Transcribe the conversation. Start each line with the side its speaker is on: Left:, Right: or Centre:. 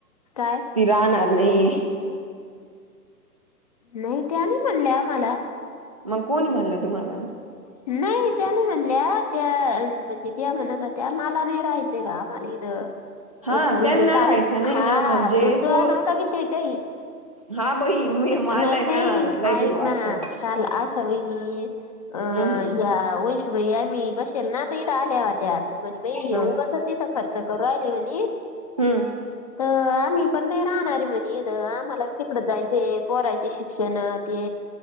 Left: काय?
Right: ती राहणार नाही.
Left: नाही त्या नाही म्हणल्या मला.
Right: मग कोणी म्हणलं तुम्हाला?
Left: नाही त्या नाही म्हणल्या त्या म्हणजे त्या म्हणत होत्या मला नाही राहायचंय <unintelligible> बा मला इथं.
Right: हा
Left: म्हणजे
Right: त्यांना
Left: काल,
Right: राहायचं नाही
Left: हा
Right: ना म्हणजे
Left: त म तुझा
Right: पो
Left: नव्हता विषय काही.
Right: हा बई मी
Left: नाही,
Right: मला आहे ना
Left: नाही
Right: लय
Left: ऐक
Right: बी वाटत
Left: ना
Right: मला.
Left: काल आशा वहिनी अ
Right: हम्म हम्म
Left: या वैशुबाई मी बसेल ना त इड आल्या त्यात म्हणे बाई येऊगच
Right: हा
Left: इथं खर्च करू आहिले म्हणे
Right: हम्म
Left: तर आम्ही पण नाही राहणार आहे म्हणे आम्हाला तिकड जायचय पोरायचे शिक्षण ते